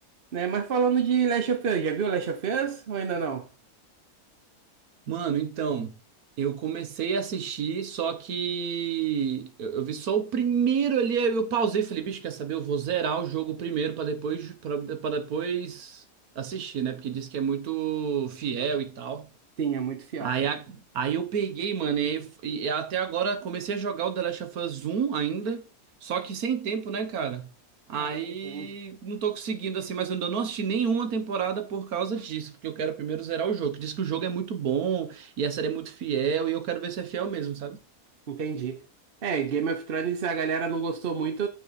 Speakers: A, on the right; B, on the right.
A: né? Mas falando de Last of Us, já viu Last of Us ou ainda não?
B: Mano, então, eu comecei a assistir, só que eu, eu vi só o primeiro ali, aí eu pausei, e falei, bicho, quer saber? Eu vou zerar o jogo primeiro pra depois para depois assistir, né? Porque diz que é muito fiel e tal.
A: Sim, é muito fiel.
B: Aí, a- aí eu peguei, mano, e, aí f- e até agora comecei a jogar o The Last of Us 1 ainda, só que sem tempo, né, cara? Aí
A: Ah, imagino.
B: não tô conseguindo assim, mas eu ainda não assisti nenhuma temporada por causa disso, porque eu quero primeiro zerar o jogo. que Diz que o jogo é muito bom e a série é muito fiel e eu quero ver se é fiel mesmo, sabe?
A: Entendi. É, Game of Thrones a galera não gostou muito,